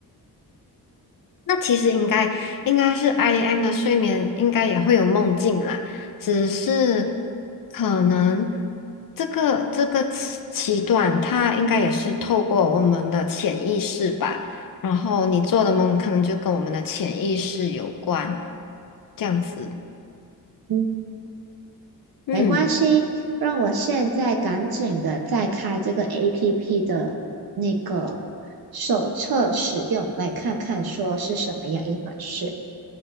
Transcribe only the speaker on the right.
嗯，
没关系，让我现在赶紧的再开这个 APP 的那个手册使用，来看看说是什么样一回事。